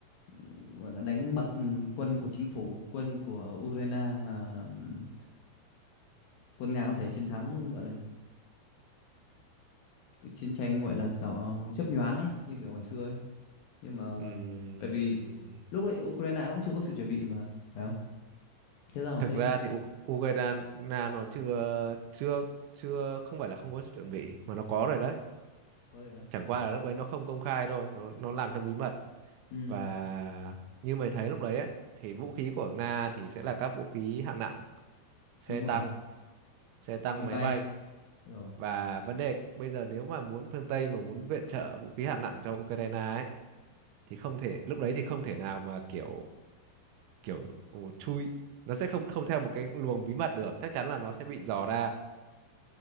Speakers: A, on the left; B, on the right.
A: ừm, gọi là đánh bật ừ, quân của chính phủ, quân của Ukraine mà ừm, quân Nga có thể chiến thắng gọi là cái chiến tranh gọi là tỏ chớp nhoáng ấy như kiểu ngày xưa ấy nhưng mà
B: ừm,
A: bởi vì lúc đấy Ukraine cũng chưa có sự chuẩn bị mà phải không thế ra họ
B: thực
A: thấy
B: ra thì U- Ukraine nó chưa chưa chưa không phải là không có sự chuẩn bị mà nó có rồi đấy
A: có thể á
B: chẳng qua là lúc đấy nó không công khai thôi nó nó làm trong bí mật
A: ừ
B: và như mày thấy lúc đấy ấy, thì vũ khí của Nga thì sẽ là các vũ khí hạng nặng xe
A: đúng
B: tăng
A: rồi
B: xe tăng
A: máy
B: máy
A: bay
B: bay
A: rồi
B: và vấn đề bây giờ nếu mà muốn phương Tây mà muốn viện trợ vũ khí hạng nặng cho Ukraine ấy thì không thể lúc đấy thì không thể nào mà kiểu kiểu chui nó sẽ không không theo một cái luồng bí mật được chắc chắn là nó sẽ bị dò ra